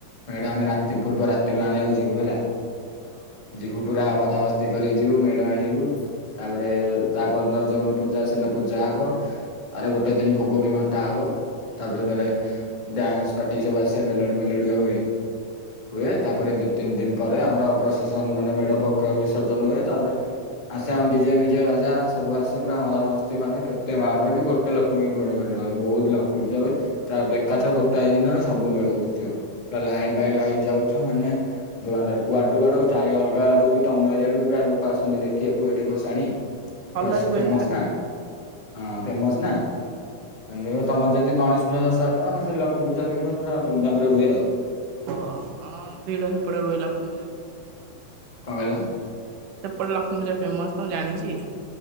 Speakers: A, on the left; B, on the right.
A: ମେଡ଼ ଆମେ ରାତି ପୂର୍ବ ରାତିରୁ ଆଣିବାକୁ ଯିବୁ ହେଲା।
B: ଓହୋ
A: ଯିବୁ ପୁରା ମଜାମସ୍ତି କରି ଯିବୁ ମେଢ଼ ଆଣିବୁ ତାପରେ ତାପରଦିନ ଯୋଉନ ପୂଜା ସେନ ପୂଜା ହବ ଆରେ ଗୋଟେ ଦିନ ଭୋଗବି ଘଣ୍ଟା ହବ। ତାପରେ ଯେତେଳେ ଡ୍ୟାନ୍ସ ପାର୍ଟି ସବୁ ଆସିବେ ମେଲୋଡ଼ି ମେଲୋଡ଼ି ହୁଏ। ହୁଏ ତାପରେ ଦି ତିନି ଦିନି ପରେ ଆମର ପ୍ରଶାସନ ମାନେ ମେଢ଼ ପକ୍ଷ ବିସର୍ଜନ ହୁଏ ତାପରେ ଆସେ ଆମେ ଡିଜେ ମିଜେ ବାଜା ସବୁ ଆସେ ପୁରା ମଜାମସ୍ତି ମାନେ କେତେ ଆମର ଏଠି ଗୋଟେ ଲ ଲକ୍ଷ୍ମୀ ମିଳିବନି ଆଉ ବହୁତ୍ ଲକ୍ଷ୍ମୀପୂଜା ହୁଏ ତାର
B: ହଁ।
A: ଏକାଥରେ ଗୋ ଗୋଟାଏ ଦିନରେ ସବୁ ମେଢ଼ ଉଠୁଥିବ ପୁରା ଲାଇନ୍
B: ହଁ।
A: ବାଇ ଲାଇନ୍ ଯାଉଥିବ ମାନେ ଦୁଆନ୍ଧାର କୁଆଡୁ କୁଆଡୁ ଚାରି ଅଲଗା ଆଡ଼ୁବି ତମ ଏରିଆରେବି ପ୍ରାୟ ଲୋକ ଆସନ୍ତି ଦେଖି ଖିବାକୁ ଏଇଠି ଭସାଣି
B: ହଁ। ଭଲରେ
A: ଫେସ୍
B: ହୁଏ
A: ଫେମସ୍ ନା ହଁ ଫେମସ୍ ନା। ଏମିତି ତମର ଯେମିତି ଗଣେଶ ପୂଜା ଦଶରା ଖେଳ ଆମର ସେମିତି ଲକ୍ଷ୍ମୀ ପୁଜା ଫେମସ୍ ପୁରା ଧୁମଧାମରେ ହୁଏ ଆଉ।
B: ହଁ ହଁ ଭିଡ଼ ସେପଟେ ରୁହେ ଲଷ୍ମୀ ପୂଜା ବେଳେ ମୁଁ ଶୁଣିଚିତ।
A: କଣ କହିଲ?
B: ମୁଁ କହିଲି ସେପଟେ ଲକ୍ଷ୍ମୀ ପୂଜା ଫେମସ୍ ତ ମୁଁ ଜାଣିଚି।